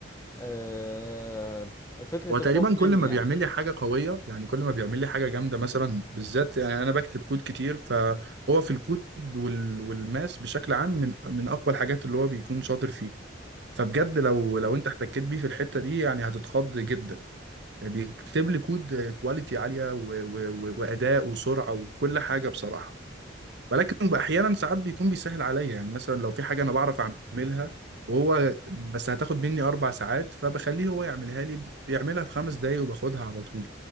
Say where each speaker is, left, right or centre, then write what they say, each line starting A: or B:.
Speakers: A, on the left; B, on the right.
A: آه... فكرة
B: هو تقريبا
A: الخوف منه
B: كل ما
A: يعني
B: بيعمل لي حاجة قوية يعني كل ما بيعمل لي حاجة جامدة مثلا بالذات يعني انا بكتب كود كتير فهو في الكود وال... والماس بشكل عام من من اقوى الحاجات اللي هو بيكون شاطر فيه فبجد لو لو انت احتكيت بيه في الحتة دي يعني هتتخض جدا يعني بيكتب لي كود كواليتي عالية و... و... و... وأداء وسرعة وكل حاجة بصراحة ولكن احيانا ساعات بيكون بيسهل عليا يعني مثلا لو في حاجه انا بعرف اعملها وهو بس هتاخد مني اربع ساعات فبخليه هو يعملها لي بيعملها في خمس دقايق وباخدها على طول